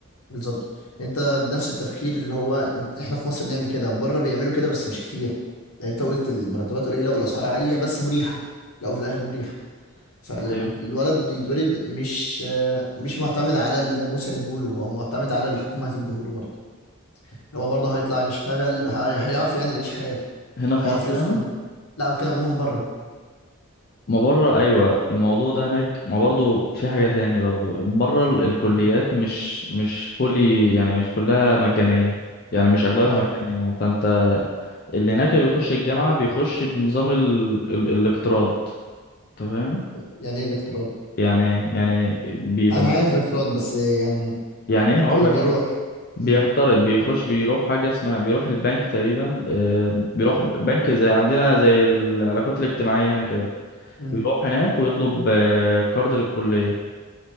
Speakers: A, on the left (about 80°); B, on the left (about 45°).
A: بالظبط انت بنفس التفكير اللي هو انت- احنا في مصر بنعمل كده بره بيعملوا كده بس مش كتير لان انت قلت المرتبات قليله والاسعار عاليه بس مريحه في الاول وفي الاخر مريحه فالولد
B: ايوه
A: بيتولد مش آه، مش معتمد على اللي ابوه سايبهوله هو معتمد على اللي الحكومه هتديهوله برضه اللي هو برضه هيطلع يشتغل هي- هيعرف يعني يعيش حياته
B: هنا
A: وهيعرف
B: في مصر
A: يسكن
B: يعني
A: لا بتكلم عموما بره
B: ما بره ايوه الموضوع ده هناك ما برضو في حاجه تاني برضو بره ال- الكليات
A: مم.
B: مش مش فولي يعني مش كلها مجانيه يعني مش اغلبها
A: اه
B: مجانيه فانت اللي هناك اللي بيخش الجامعه بيخش بنظام ال... ال... الاقتراض انت فاهم
A: يعني ايه الاقتراض
B: يعني إيه؟ يعني بيبقى
A: انا
B: مثلا
A: عارف الاقتراض بس يعني
B: يعني ايه هقول
A: اللي
B: لك
A: بيروح
B: اهو بيقترض
A: مم.
B: بيخش بيروح حاجه اسمها بيروح البنك تقريبا آه، بيروح بنك زي عندنا زي العلاقات الاجتماعيه هنا كده
A: مم.
B: بيروح هناك ويطلب آه، كارد للكليه